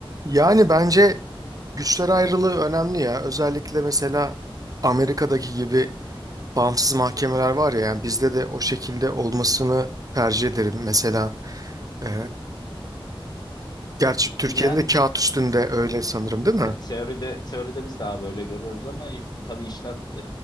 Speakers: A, on the right; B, on the left.
A: Yani bence güçler ayrılığı önemli ya. Özellikle mesela Amerika'daki gibi bağımsız mahkemeler var ya. Yani bizde de o şekilde olmasını tercih ederim. Mesela e, gerçi Türkiye'de
B: Yani
A: de kağıt üstünde öyle sanırım değil mi?
B: e, teoride teoride biz daha böyle görüyoruz ama e, tabii işler